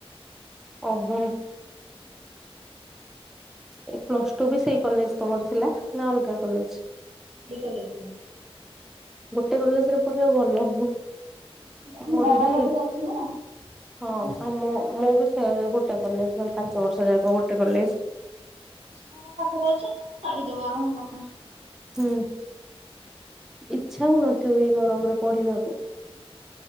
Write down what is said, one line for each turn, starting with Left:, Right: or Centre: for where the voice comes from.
Centre: ଓହୋ। ଏ ପ୍ଲସ ଟୁ ବି ସେଇ କଲେଜ ତମର ଥିଲା ନା ଅଲଗା କଲେଜ?
Right: ସେଇ କଲେଜ ରେ।
Centre: ଗୋଟେ କଲେଜ ରେ ପଢିବା ଭଲ।
Right: ଆମ
Centre: ମୋର
Right: ଘର
Centre: ବି,
Right: ପାଖରେ ଅଛି ନା
Centre: ହଁ
Right: ସେଟା
Centre: ଆ ମୁଁ, ମୁଁ ବି ସେ ଗୋଟେ କଲେଜ ପାଞ୍ଚ ବର୍ଷ ଯାକ ଗୋଟେ କଲେଜ
Right: ମୋର ପାଖରେ ଅଛି ସାରିଦବା <unintelligible>
Centre: ହୁଁ। ଇଚ୍ଛା ହୁଏତ ଏଇ ଗରମରେ ପଢିବାକୁ?